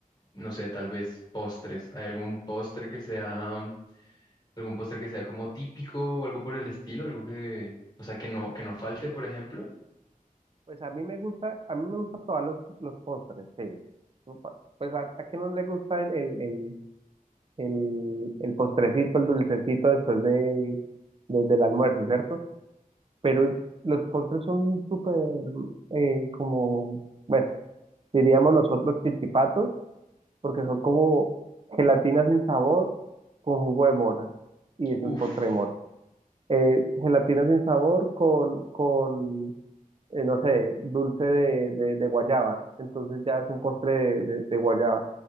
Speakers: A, on the left; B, on the right.
A: no sé, tal vez postres. ¿Hay algún postre que sea algún postre que sea como típico o algo por el estilo, algo que, o sea, que no, que no falte, por ejemplo.
B: Pues a mí me gusta, a mí me gusta probar los, los postres, sí. No pa- Pues a, a quién no le gusta el, el, el, el, el postrecito, el dulcecito después de, de- del almuerzo, ¿cierto? Pero los postres son súper, eh, como, bueno, diríamos nosotros chichipatos, porque son como gelatina sin sabor con jugo de mora. Y es
A: Uf,
B: un postre de mora. eh, gelatina sin sabor con, con eh, no sé, dulce de, de- de guayaba. Entonces ya es un postre de, de- de guayaba.